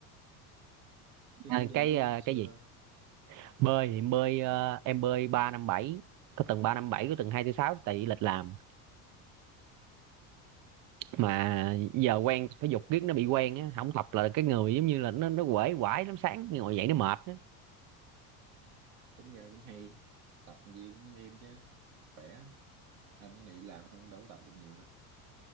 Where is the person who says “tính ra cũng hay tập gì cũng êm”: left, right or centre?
Right